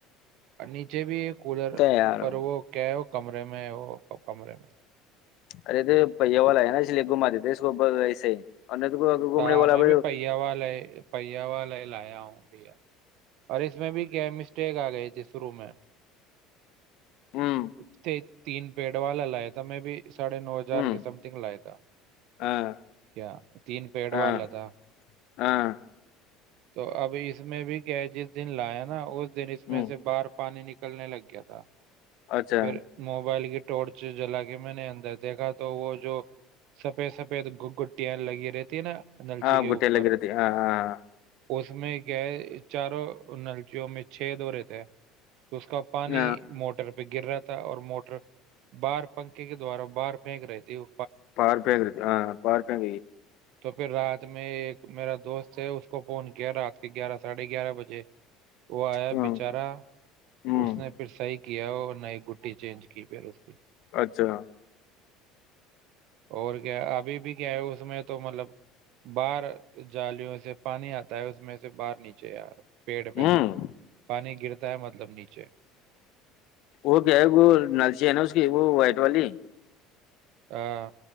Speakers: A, on the right; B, on the left.
A: نیچے بھی یہ کولر
B: یار
A: پر
B: ارے
A: وہ کہ کمرے میں وہ ک کمرے میں
B: ارے تو پہ والا ہے نا اس لیے گ مارے تھ اس کو ویسے ہی اور نہیں تو گھومنے
A: س
B: والا
A: میں
B: ابھی
A: بھی پہیا والا لے پہیا والا لے لایا ہوں بھیا اور اس میں بھی کیا مسٹیک آ گئے تھی شو میں <inaudible>
B: ہوں
A: تین پیڑ والا لایا تھا میں بھی ساڑھے نو ہزار
B: ہوں
A: سم تھنگ لائے تھا
B: ہاں
A: کیا تین پیڑو
B: ہاں
A: لتا
B: ہاں
A: تو اب اس میں بھی کیا جس دن لایا نا اس دن اس میں
B: ہوں
A: سے باہر پانی نکلنے لگ گیا تھا تو
B: اچھا
A: پھر موبائل کی ٹورچ جلا کے میں نے اندر دیکھا تو وہ جو سفید سفید گ گ ٹی لگی رتے ن نلچی
B: ہاں
A: کے
B: گٹیا
A: اوپر
B: لگی رہتی ہاں ہاں
A: اس میں گئے چاروں ان اللچیوں میں چھ د رہے تھے تو اس کا پانی
B: ہاں
A: موٹر پہ گر رہا تھا اور موٹر باہار پنکھے کے دوارا باہر پھینک رہتی ہو
B: پارپ کر ہاں پار پ کر
A: تو پھر رات میں ایک میرا دوست ہےے اس کو فون کیا رات کے گیارہ ساڑھے گیارہ بجے وہ آیا
B: ہوں
A: بچارا
B: ہوں
A: اس نے پھر صحیح کیا اور نئی گٹی چینج کی پہ رو اس کی
B: اچھا
A: اور کیا ابھی بھی کیا ہے اس میں تو مطلب باہار جالوں سے پانی آتا ہے اس میں سے باہر نیچے یار پیڑ پہ
B: ہوں
A: سےے پانی گرتا طے مطلب نیچے
B: وہ کیا ہے وہ نلچی ہے نا اس کی وہ وائٹ والی
A: ہاں